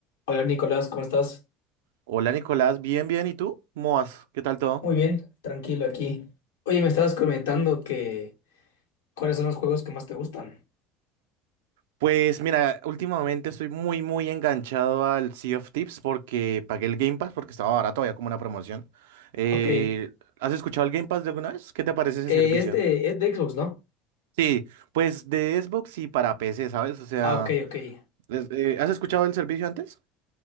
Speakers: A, on the left; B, on the right.
A: Hola Nicolás, ¿cómo estás?
B: Hola Nicolás, bien, bien. ¿Y tú? ¿Cómo vas? ¿Qué tal todo?
A: Muy bien, tranquilo aquí. Oye, me estabas comentando que cuáles son los juegos que más te gustan.
B: Pues mira, últimamente estoy muy, muy enganchado al Sea of Tips porque pagué el Game Pass porque estaba barato, había como una promoción. Eh,
A: Ok, eh,
B: ¿has escuchado el Game Pass de alguna vez? ¿Qué te parece ese
A: este
B: servicio?
A: es de Xbox, ¿no?
B: Sí, pues de Xbox y para PC, ¿sabes? O sea,
A: Ah, ok, ok. Eh,
B: es- eh, ¿has escuchado el servicio antes?